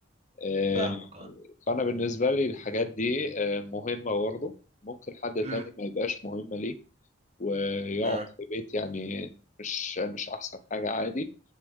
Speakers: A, on the left; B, on the right.
A: آه،
B: فاهمك اه
A: فأنا بالنسبة لي الحاجات دي آه، مهمة برضه ممكن حد
B: امم
A: تاني ما يبقاش مهمة ليه ويقعد
B: اه
A: في بيت يعني مش مش أحسن حاجة عادي